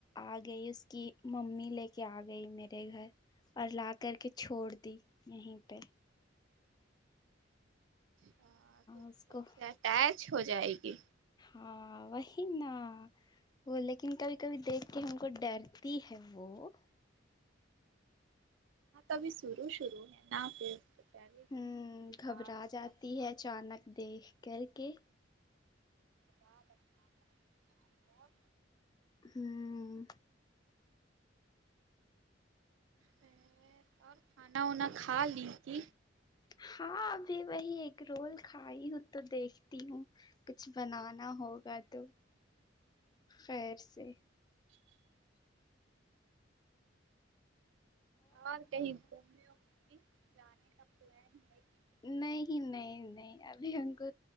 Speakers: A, on the left; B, on the right.
A: آ گئی اس کی ممی لے کے آ گئی میرے گھر اور لا کر کے چھوڑ دی یہیں پے
B: ہاں تو
A: اس
B: تم
A: کو
B: سے اٹچ ہو جائے گی
A: ہاں وہی نا وہ لیکن کبھی کبھی دیکھ کے ہم کو ڈرتی ہے وہ
B: ابھی شروع شروع ہے نا پھر <unintelligible>
A: ہمم
B: نہیں اس کے
A: گھبرا
B: بعد پھر
A: جاتی
B: اپنا
A: ہے اچانک دیکھ کر کے
B: کیا بتاؤں اور
A: ہمم
B: پہلے اور کھانا وانا کھا لی کی
A: ہاں ابھی وہی ایگ رول کھائی ہوں تو دیکھتی ہوں کچھ بنانا ہوگا تو خیر سے
B: اور کہیں گھومنے ومنے جانے کا پلان ہے کہ
A: نہیں نہیں نہیں ابھی ان کو